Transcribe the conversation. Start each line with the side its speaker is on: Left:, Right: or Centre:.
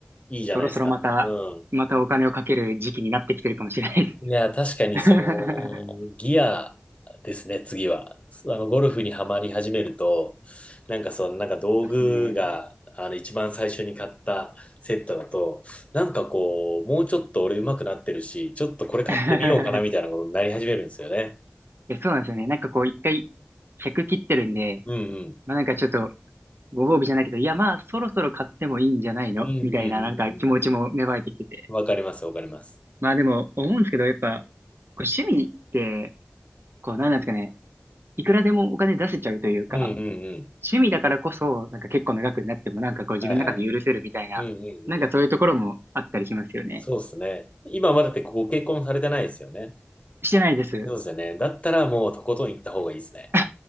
Left: いいじゃないですか。
Right: そろそろまた、
Left: うん。
Right: またお金をかける時期になってきてるかもしれないです。
Left: いや、確かにその、
Right: <laughs>
Left: ギアですね、次は。あの、ゴルフにはまり始めると、なんかその、なんか道具が、
Right: そうですね。
Left: あの、一番最初に買ったセットだと、なんかこう、もうちょっと俺上手くなってるし、ちょっとこれ買ってみようかなみたいなことになり始めるんですよね。
Right: <laughs> いやそうなんですよね。なんかこう、一回100切ってるんで、
Left: うんうん。
Right: まあなんかちょっと、ご褒美じゃないけど、いやまあそろそろ買ってもいいんじゃないのみたいななんか気持ちも芽生えてきてて。
Left: うんうんうんうん。わかります、わかります。
Right: まあでも思うんですけど、やっぱ、こう趣味って、こうなんなんですかね、
Left: うん
Right: いくらでもお金出せちゃうというか、
Left: うんうんうん。
Right: 趣味だからこそ、なんか結構長くなってもなんかこう自分の中で許せるみたいな、
Left: はいはい。うんうんうん。
Right: なんかそういうところもあったりしますよね。
Left: そうですね。今まだってご結婚されてないですよね。
Right: してないです。
Left: そうですよね。だったらもうとことん行った方がいいですね。
Right: <laughs> い